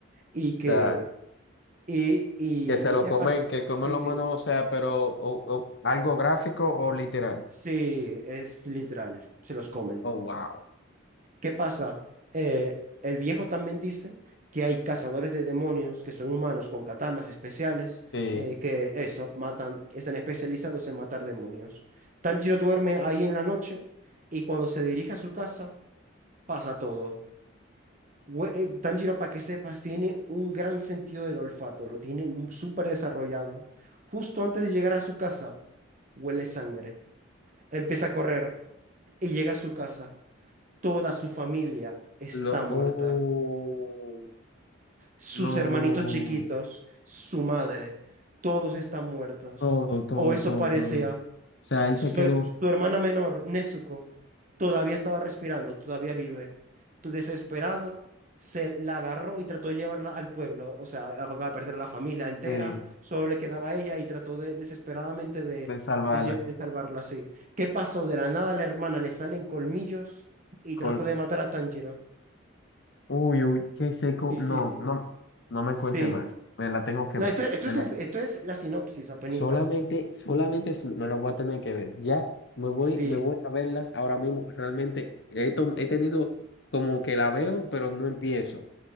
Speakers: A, on the right; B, on the left.
A: Y
B: sea.
A: que, y, y,
B: Que se lo
A: ¿y qué
B: comen,
A: pasa?
B: que comen
A: Sí,
B: los
A: sí,
B: humanos, o sea, pero o- o algo gráfico o literal.
A: sí, es literal, se los comen.
B: Oh, wow.
A: ¿Qué pasa? Eh, el viejo también dice que hay cazadores de demonios que son humanos con katanas especiales,
B: Sí.
A: eh, que eso, matan, están especializados en matar demonios. Tanjiro duerme ahí en la noche y cuando se dirige a su casa pasa todo. Güe- eh, Tanjiro, para que sepas, tiene un gran sentido del olfato, lo tiene mu- súper desarrollado. Justo antes de llegar a su casa, huele sangre, empieza a correr y llega a su casa. Toda su familia está
B: Lo,
A: muerta,
B: oh,
A: sus
B: no.
A: hermanitos chiquitos, su madre, todos están muertos.
B: Todo, todo,
A: O eso
B: todo,
A: parecía.
B: todo. todo. O sea, él
A: Su,
B: se quedó
A: her- su hermana menor, Nezuko, todavía estaba respirando, todavía vive. Tu desesperado se la agarró y trató de llevarla al pueblo. O sea, acaba de perder a la familia entera,
B: sí,
A: solo le quedaba a ella y trató de, desesperadamente de,
B: de salvarla.
A: de, lle- de salvarla así. ¿Qué pasó? De la nada a la hermana le salen colmillos y
B: Col-
A: trata de matar a Tanjiro.
B: uy, uy, qué seco.
A: Sí,
B: No,
A: sí, sí.
B: no, no me
A: Sí.
B: cuente más. Me la
A: S-
B: tengo que
A: No,
B: ver.
A: esto, esto
B: Me
A: es,
B: la-
A: el- esto es la sinopsis, apenitas.
B: Solamente, solamente si me lo voy a tener que ver. Ya me voy,
A: Sí,
B: me voy a verlas ahora mismo. Realmente he, tom- he tenido como que la veo, pero no empiezo.